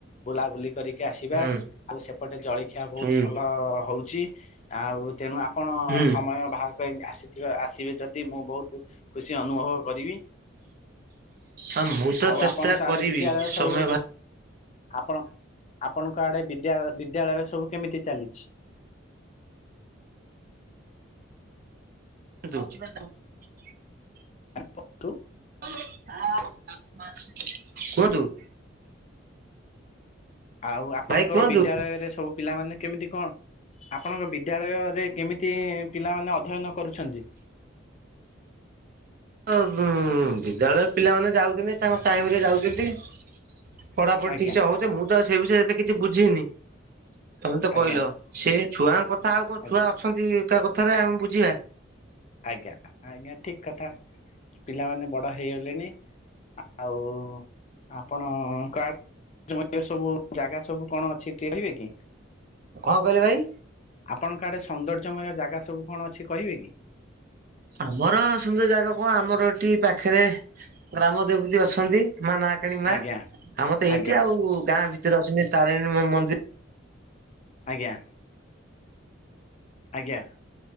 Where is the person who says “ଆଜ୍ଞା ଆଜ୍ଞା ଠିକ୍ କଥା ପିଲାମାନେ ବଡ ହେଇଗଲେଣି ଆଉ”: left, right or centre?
Left